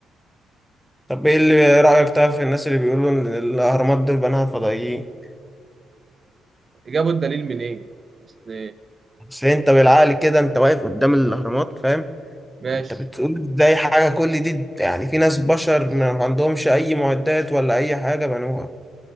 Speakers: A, in the centre; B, on the right.
A: طب ايه اللي رايك طيب في الناس اللي بيقولوا ان الاهرامات دول بناها فضائيين
B: جابوا الدليل منين اصل
A: اصل انت بالعقل كده انت واقف قدام الاهرامات فاهم
B: ماشي
A: انت بتقول ازاي حاجه كل دي يعني في ناس بشر ما عندهمش اي معدات ولا اي حاجه بنوها